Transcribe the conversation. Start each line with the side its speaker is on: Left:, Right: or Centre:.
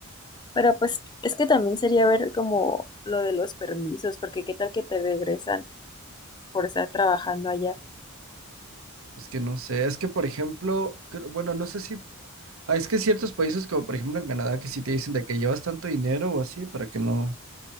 Left: Pero pues es que también sería ver como lo de los permisos, porque qué tal que te regresan por estar trabajando allá.
Right: Es que no sé, es que por ejemplo, creo- bueno, no sé si, ah, es que ciertos países como por ejemplo en Canadá que sí te dicen de que llevas tanto dinero o así para que no